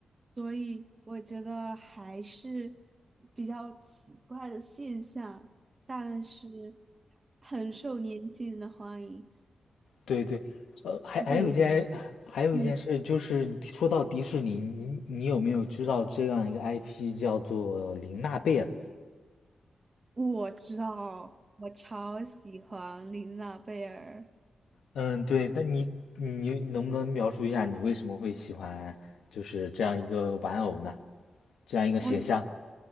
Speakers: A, on the right (about 40°); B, on the left (about 85°).
A: 所以我觉得还是比较奇怪的现象，但是很受年轻人的欢迎。
B: 对对，呃，还还有一件，
A: 有一，
B: 还有一件事就是，
A: 嗯。
B: 说到迪士尼，你你有没有知道这样一个 IP 叫做玲娜贝尔？
A: 我知道，我超喜欢琳娜贝儿，
B: 嗯，对，那你你能不能描述一下你为什么会喜欢就是这样一个玩偶呢？这样一个形象？
A: 我